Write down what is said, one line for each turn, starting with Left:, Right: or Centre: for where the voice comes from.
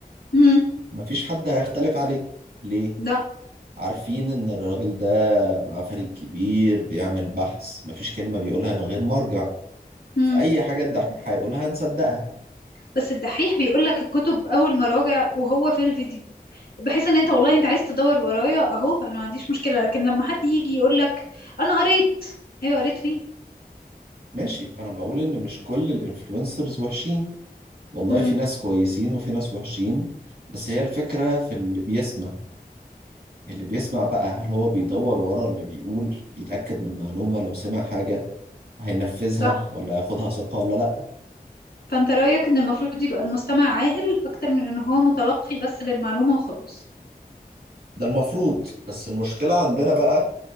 Left: امم
Right: مفيش حد هيختلف عليه ليه
Left: لا
Right: عارفين ان الراجل ده مع فريق كبير بيعمل بحث مفيش كلمة بيقولها من غير مرجع
Left: امم
Right: فأي حاجة الدحيح هيقولها هنصدقها
Left: بس الدحيح بيقول لك الكتب اول ما راجع وهو في الفيديو بحيث ان انت والله انت عايز تدور ورايا اهو انا ما عنديش مشكلة لكن لما حد يجي يقول لك انا قريت ايوه قريت فين
Right: ماشي فأنا بقول إن مش كل الانفلونسرز وحشين والله
Left: امم
Right: في ناس كويسين وفي ناس وحشين بس هي الفكرة في اللي بيسمع اللي بيسمع بقى هل هو بيدور ورا اللي بيقول بيتأكد من معلومة لو سمع حاجة هينفذها
Left: صح
Right: ولا هياخدها ثقة ولا لا
Left: فانت رأيك ان المفروض يبقى المستمع عاقل اكتر من ان هو متلقي بس للمعلومة وخلاص
Right: ده المفروض بس المشكلة عندنا بقى